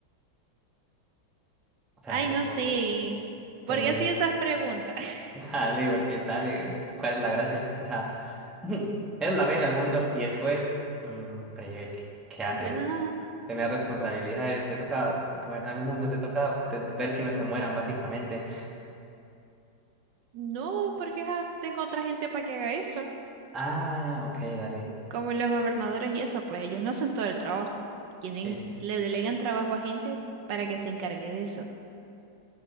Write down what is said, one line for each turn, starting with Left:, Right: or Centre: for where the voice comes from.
Centre: o sea,
Right: Ay,
Centre: tipo,
Right: no sé.
Centre: tenés,
Right: ¿Por qué hacía esas preguntas? <laughs>
Centre: <laughs> dale, porque dale, ¿cuál es la gracia? O sea, <laughs> eres la reina del mundo y después, mm, breve, ¿qué, qué haces?
Right: Bueno, ajá.
Centre: Tener responsabilidades, te toca gobernar
Right: Mm,
Centre: el mundo, te toca te- ver que no se mueran, básicamente.
Right: No, porque ajá, tengo otra gente para que haga eso.
Centre: Ah, ok, dale.
Right: Como los gobernadores y eso, pues ellos no hacen todo el trabajo. Tienen,
Centre: Eh,
Right: le delegan trabajo a gente para que se encargue de eso.